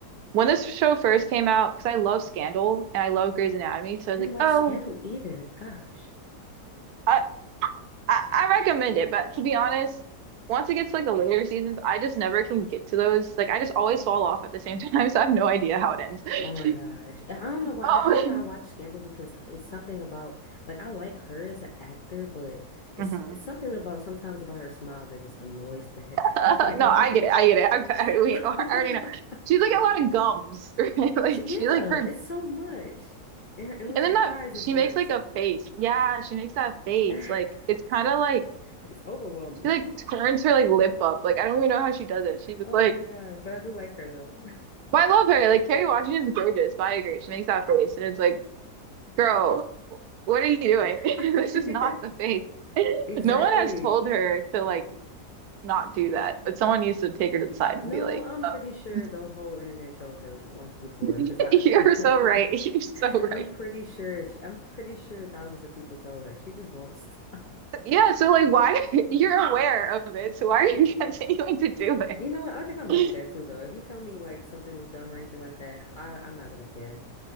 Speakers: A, on the right; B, on the left.
A: When this show first came out, because I love Scandal and I love Grey's Anatomy, so I
B: didn't
A: was like,
B: watch
A: "Oh,
B: Scandal either. Gosh.
A: I, I I recommend it." But to be honest, once it gets to, like the later seasons, I just never can get to those. Like I just always fall off at the same time, <laughs> so I have no idea how it ends. <laughs>
B: Oh my gosh. I I don't know why.
A: Um,
B: I, I think I watched Scandal because it's something about like I like her as an actor, but it's
A: mhm.
B: it's something about sometimes about her smile that just annoys the heck
A: <laughs> Uh,
B: <laughs> out of
A: no,
B: me.
A: I get it. I get it. Okay, we
B: <laughs>
A: I already know. She's like a lot of gums, right? <laughs> Like
B: She- yeah,
A: she like her, and
B: it's so much. And and when
A: then
B: she
A: that
B: cries,
A: she
B: it's worse.
A: makes like a face. Yeah, she makes that face.
B: <laughs>
A: Like it's kind of like
B: It's overwhelming.
A: she like turns her like lip up. Like I don't even know how she does it. She's just
B: Oh
A: like,
B: my gosh, but I do like her though.
A: but I love her. Like Kerry Washington's gorgeous, but I agree. She makes that face, and it's like, girl, what are you doing? <laughs>
B: <laughs>
A: This is not the face. <laughs>
B: Exactly.
A: No one has told her to like not do that, but someone needs to take her to the side
B: No,
A: and be like,
B: I'm
A: oh.
B: pretty sure
A: <laughs>
B: the whole internet trolled her once before
A: <laughs>
B: because I
A: You're so right. <laughs> You're so
B: <laughs>
A: right.
B: I'm pretty sure she, I'm pretty sure thousands of people told her. She just won't stop. <laughs>
A: Yeah, so like why <laughs> you're aware of it, so why are you <laughs> continuing to do
B: You know what? I think I'm
A: it?
B: like that
A: <laughs>
B: too though. If you tell me like something is dumb or anything like that, I I'm not gonna care.